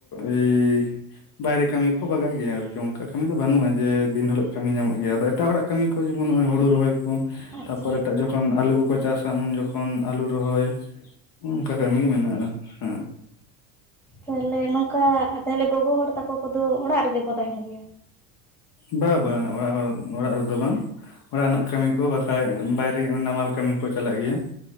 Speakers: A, on the left; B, in the centre.
A: ᱮᱭ ᱵᱟᱭᱨᱮ ᱠᱟᱹᱢᱤ ᱠᱚ ᱵᱟᱜᱟ ᱜᱮᱭᱟ ᱟᱨᱠᱤ, ᱚᱝᱠᱟ ᱠᱟᱹᱢᱤ ᱫᱚ ᱵᱟᱹᱱᱩᱜᱼᱟ ᱡᱮ ᱫᱤᱱ ᱦᱤᱞᱳᱜ ᱠᱟᱹᱢᱤ ᱧᱟᱢᱚᱜ ᱜᱮᱭᱟ, ᱟᱫᱚ ᱮᱴᱟᱜ ᱦᱚᱲᱟᱜ ᱠᱟᱹᱢᱤ ᱠᱚ ᱡᱮᱢᱚᱱ ᱱᱚᱜᱼᱚᱭ ᱦᱳᱲᱩ ᱨᱚᱦᱚᱭ ᱠᱚ᱾
B: ᱟᱪᱪᱷᱟ
A: ᱛᱟᱯᱚᱨ ᱮᱴᱟᱜ ᱡᱚᱠᱷᱚᱱ ᱟᱹᱞᱩ ᱠᱚᱠᱚ ᱪᱟᱥᱟ ᱩᱱ ᱡᱚᱠᱷᱚᱱ ᱟᱹᱞᱩ ᱨᱚᱦᱚᱭ ᱾ ᱦᱚᱜ-ᱚᱝᱠᱟ ᱠᱟᱹᱢᱤ ᱜᱮ ᱢᱮᱱᱟᱜᱼᱟ ᱦᱮᱸ ᱾
B: ᱛᱟᱦᱞᱮ ᱱᱚᱝᱠᱟ ᱛᱟᱦᱚᱞᱮ ᱜᱚᱜᱚ ᱦᱚᱲ ᱛᱟᱠᱚ ᱠᱚᱫᱚ ᱚᱲᱟᱜ ᱨᱮᱜᱮ ᱠᱚ ᱛᱟᱦᱮᱱ ᱜᱮᱭᱟ?
A: ᱵᱟ
B: ᱢᱟᱱᱮ
A: ᱵᱟ ᱚᱲᱟ
B: ᱠᱚ?
A: ᱦᱚᱲ ᱚᱲᱟᱜ ᱨᱮᱫᱚ ᱵᱟᱝ ᱚᱲᱟᱜ ᱨᱮᱱᱟᱜ ᱠᱟᱹᱢᱤ ᱠᱚ ᱵᱟᱠᱷᱟᱡ ᱵᱟᱭᱨᱮ ᱱᱟᱢᱟᱞ ᱠᱟᱹᱢᱤ ᱦᱚᱸᱠᱚ ᱪᱟᱞᱟᱜ ᱜᱮᱭᱟ ᱾